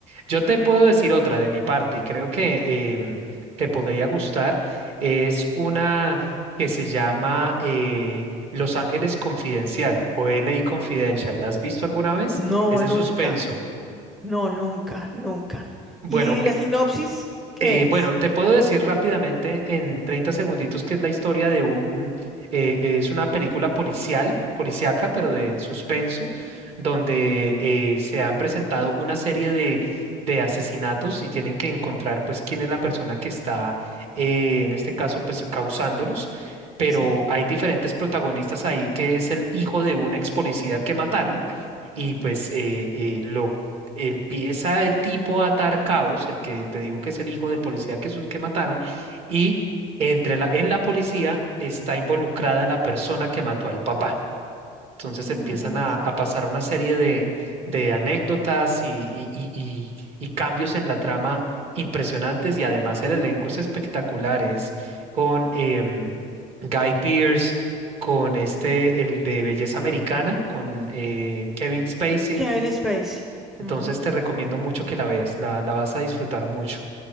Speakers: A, on the right; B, in the centre.
A: Yo te puedo decir otra de mi parte y creo que em, te podría gustar. Es una que se llama eh, Los Ángeles Confidencial o L LA Confidential. ¿La has visto alguna vez?
B: No,
A: Es de
B: nunca,
A: suspenso.
B: no, nunca, nunca.
A: Bueno,
B: ¿Y la sinopsis? ¿Qué
A: Eh,
B: es?
A: bueno, te puedo decir rápidamente en 30 segunditos que es la historia de un, eh, es una película policial, policíaca, pero de suspenso, donde eh, se han presentado una serie de, de asesinatos y tienen que encontrar pues quién es la persona que está, eh, en este caso, pues causándolos. Pero
B: Sí.
A: hay diferentes protagonistas ahí que es el hijo de un ex policía que mataron y pues eh, eh, lo Empieza el tipo a atar cabos, el que te digo que es el hijo del policía que, sus- que mataron, y entre la, en la policía está involucrada la persona que mató al papá. Entonces
B: Imagínate.
A: empiezan a, a pasar una serie de, de anécdotas y, y- y- y- y cambios en la trama impresionantes y además el elenco es espectacular, es con em, Guy Pearce, con este, el de Belleza Americana, con eh, Kevin Spacey.
B: Kevin Spacey.
A: Entonces
B: Ujú.
A: te recomiendo mucho que la veas, la, la vas a disfrutar mucho.